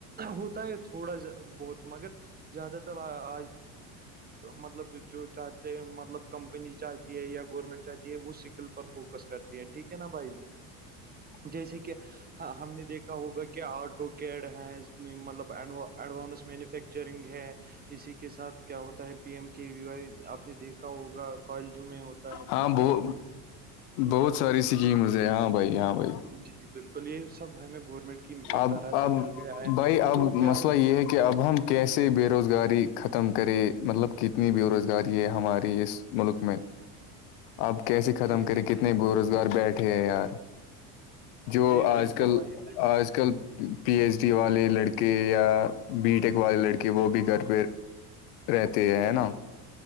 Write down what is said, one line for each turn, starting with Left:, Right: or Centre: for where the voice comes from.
Right: ہوتا ہے تھوڑا بہت مگر زیادہ تر آج مطلب جو چاہتے ہیں مطلب کمپنی چاہتی ہے یا گورنمنٹ چاہتی ہے وہ سکل پر فوکس کرتی ہے ٹھیک ہے نا بھائی
Left: بف <inaudible>
Right: جیسے کہ ہ ہم نے دیکھا ہوگا کیا آٹو کیڈ ہے مطلب ایڈ ایڈوانس مینوفیکچرنگ ہے اسی کے ساتھ کیا ہوتا ہے P M K V Y آپ نے دیکھا ہوگا کالجوں میں ہوتا ہے
Left: ہاں
Right: ٹھیک
Left: بوہ
Right: ہے بھائی
Left: بہت ساری سکیمز ہےہاں بھائی ہاں بھائی
Right: جی بلکل یہ سب ہمیں گورنمنٹ کی
Left: اب
Right: طرح سے مل گیا ہے
Left: بھائی اب
Right: تو کیا
Left: مسئلہ
Right: ہوتا
Left: یہ ہے کہ اب ہم کیسے بے روزگار
Right: جی
Left: ختم کرے مطلب کتنی بے روزگاری ہے ہماری اس ملک میں آپ کیسے ختم
Right: جی
Left: کرے کتنے بے روزگار بیٹھے ہیں یار جو
Right: جی
Left: آج
Right: بالکل
Left: کل
Right: بھائی جی
Left: آج کل پی ایچ ڈی والے لڑکے یا بی ٹیک والے لڑکے وہ بھی گھر پہ رہتی ہے ہے نا